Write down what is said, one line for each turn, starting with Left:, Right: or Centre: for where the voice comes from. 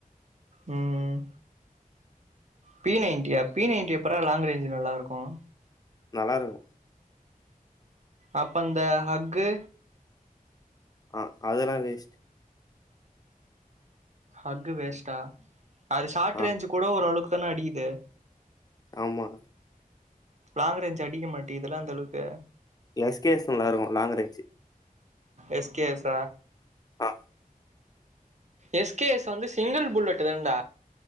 Right: ம் ம் பி நைன்ட்டியா பி நைன்டி எப்புறா லாங் ரேஞ்ச் நல்லா இருக்கும்
Left: நல்லா இருக்கும்
Right: அப்ப அந்த அ அ ஃகு
Left: அ அதெல்லா வேஸ்ட்
Right: அஃகு வேஸ்ட்டா அது ஷார்ட்
Left: ஆ
Right: ரேஞ்ச் கூட ஓரளவுக் இப்பான அடிக்குது
Left: ஆமா
Right: லாங் ரேஞ்சு அடிக்க மாட்டேதெல்லா அந்த அளவுக்கு
Left: எஸ்கேஎஸ் நல்லா இருக்கு லாங் ரேஞ்சு
Right: எஸ்கேஃப்ச
Left: ஆ
Right: எஸ் கே எஸ் வந்து சிங்கிள் புல்லட்டுதான்ட